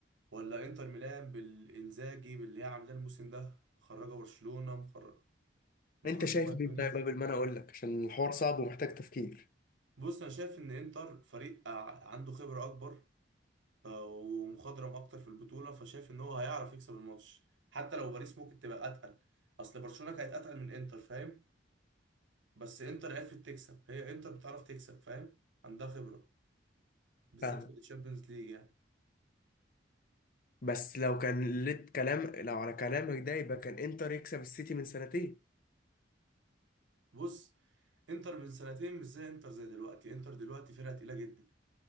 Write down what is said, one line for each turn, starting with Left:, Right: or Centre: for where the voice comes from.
Right: ولا انتر ميلان بالانزاجي باللي هي عاملاه الموسم ده مخرجه برشلونه مخرجه مخرجه
Left: انت شايف
Right: بايرن
Left: مين طيب
Right: ميونخ
Left: قبل ما انا اقول لك عشان الحوار صعب ومحتاج تفكير
Right: بص انا شايف ان انتر فريق ع- عنده خبره اكبر آه، ومخضرم اكتر في البطوله فشايف ان هو هيعرف يكسب الماتش حتى لو باريس ممكن تبقى اتقل اصل برشلونه كانت اتقل من انتر فاهم بس انتر عرفت تكسب هي انتر بتعرف تكسب فاهم عندها خبره بالذات
Left: فاهم
Right: في الشامبيونز ليج يعني
Left: بس لو كان لت كلام لو على كلامك ده يبقى كان انتر يكسب السيتي من سنتين
Right: بص انتر من سنتين مش زي انتر زي دلوقتي انتر دلوقتي فرقه تقيله جدا